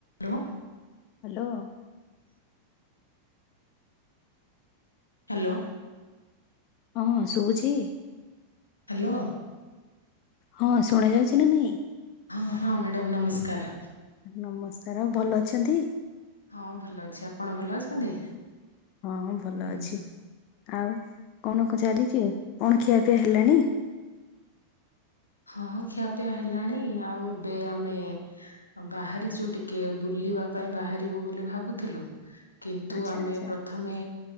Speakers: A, on the left (about 80°); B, on the left (about 40°).
A: Hello.
B: Hello.
A: Hello.
B: ହଁ ଶୁଭୁଛି।
A: Hello.
B: ହଁ ଶୁଣା ଯାଉଛି ନା ନାଇଁ।
A: ହଁ ହଁ ମ୍ୟାଡ଼ାମ ନମସ୍କାର।
B: ନମସ୍କାର ଆଉ ଭଲ ଅଛନ୍ତି?
A: ହଁ ଭଲ ଅଛି ଆପଣ ଭଲ ଅଛନ୍ତି?
B: ହଁ ଭଲ
A: ହୁଁ।
B: ଅଛି ଆଉ କନକ ଚାଲିଛି କଣ ଖିଆପିଆ ହେଲାଣି।
A: ହଁ ଖିଆପିଆ ହେଲାଣି ଆଉ ଏବେ ଆମେ ଆଉ ବାହାରିଛୁ ଟିକେ ବୁଲିବା ପାଇଁ ବାହାରିବୁ ବୋଲି ଭାବୁଥିଲୁ। କିନ୍ତୁ
B: ଆଚ୍ଛା
A: ଆମେ
B: ଆଚ୍ଛା
A: ପ୍ରଥମେ